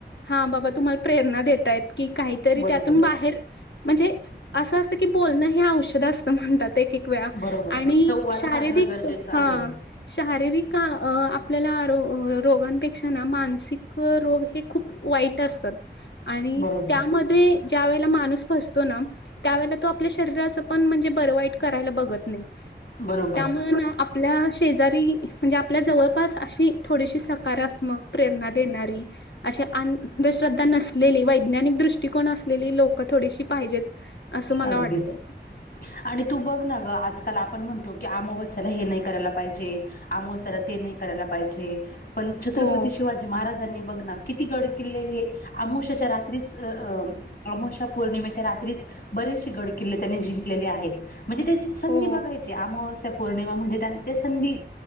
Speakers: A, on the left; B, on the left.
A: हां बाबा तुम्हाला प्रेरणा देतायत. कि काहीतरी
B: बरोबर
A: त्यातून बाहेर म्हणजे असं असतं की बोलणं हे औषध असतं. म्हणतात ते की
B: बरोबर
A: आणि
B: संवाद
A: शारिरिक.
B: साधणं गरजेचं
A: हा
B: आहे
A: शारीरिक का आपल्याला आरो रोगांपेक्षा ना मानसिक रोग हे खूप वाईट असतात. आणि
B: बरोबर
A: त्यामध्ये ज्या वेळेला मा णूस फसतो ना, त्यावेला तो आपल्या शरीराच पण म्हणजे बर वाईट करायला बघत नाही.
B: बरोबर
A: त्यामुळे आपल्या शेजारी म्हणजे आपल्या जवळपास अशी थोडीशी स सकारात्मक प्रेरणा देणारी अशे अंधश्रद्धा नसलेली वैज्ञानिक दृष्टिकोन अस असलेली लोक थोडीशी पाहिजेत. असं मला
B: अगदीच
A: वाटतं
B: आणि तू बघ ना ग आज त्याला आपण म्हणतो की, अमावस्याला हे नाही करायला पाहिजे. अमावस्याला ते नाही करायला पाहिजे. पण छत्रपती
A: हो
B: शिवाजी महाराजांनी बघना. किती गड किल्ले हे अमावस्येच्या रात्रीच अ अमोशा पौर्णिमेच्या रात्रीच बरेसे गड किल्ले त्यांनी जिंकलेले आहेत. म्हणजे ते संधी
A: हो
B: बघायची आम वस्या पौर्णिमा म्हणजे त्यात ते संधी